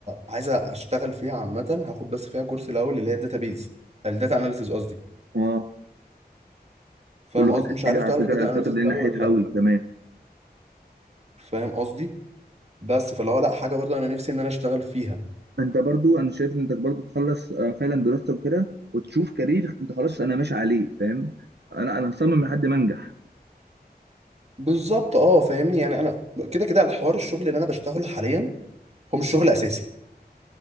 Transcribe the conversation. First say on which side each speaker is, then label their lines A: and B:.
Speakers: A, on the right; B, on the right.
A: عايز اشتغل فيها عامة هاخد بس فيها كورس الاول اللي هي الداتابيز الداتا اناليسيز قصدي
B: اه
A: فاهم
B: كله بدأت
A: قصدي مش
B: تيجي
A: عارف
B: على
A: تعرف
B: فكرة
A: الداتا
B: الفترة
A: اناليسيس
B: دي ناحيتها
A: قوي ولا
B: أوي
A: لا
B: كمان
A: فاهم قصدي بس فلو لا حاجه برضه انا نفسي ان انا اشتغل فيها
B: فأنت برضو أنا شايف إن أنت برضو تخلص آه، فعلا دراستك وكده وتشوف كارير أنت خلاص أنا ماشي عليه فاهم أنا أنا هصمم لحد ما أنجح
A: بالظبط اه فاهمني يعني انا كده كده الحوار الشغل اللي انا بشتغله حاليا هو مش شغل اساسي